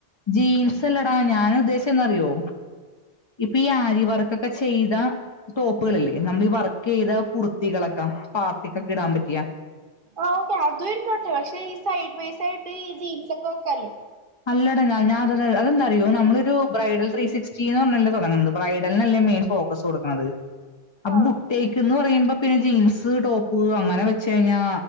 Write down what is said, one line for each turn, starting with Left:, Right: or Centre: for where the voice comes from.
Left: ജീൻസ് അല്ലടാ ഞാൻ ഉദ്ദേശിച്ചതെന്താന്നറിയോ? ഇപ്പൊ ഈ ആരി വർക്കൊക്കെ ചെയ്ത. ടോപ്പുകളില്ലേ നമ്മൾ ഈ വർക്ക് ചെയ്ത കുർത്തികളൊക്കെ പാർട്ടി കൊക്കെ ഇടാൻ പറ്റിയ.
Right: ആഹ ഓക്കെ അതും ഇരുന്നോട്ടെ പക്ഷെ ഈ സൈഡ് ബൈ സൈഡ് ഈ ജീൻസ് ഒക്കെ വെക്കാല്ലോ?
Left: അല്ലട ഞാന അത അതന്തന്നറിയോ നളൊരു ബ്രൈഡ ത്രീ സിക്സ്റ്റി എന്ന് പറഞ്ഞല്ലേ തുടങ്ങുന്നത് ബ്രൈഡലിനല്ലേ മെയിൻ ഫോക്കസ്. കൊടുക്കണത്
Right: ആഹ്
Left: ബുട്ടേക്ക് എന്ന് പറയുമ്പോ പിന്നെ ജീൻസ് ടോപ്പ് അങ്ങനെ വെച്ച് കഴിഞ്ഞാ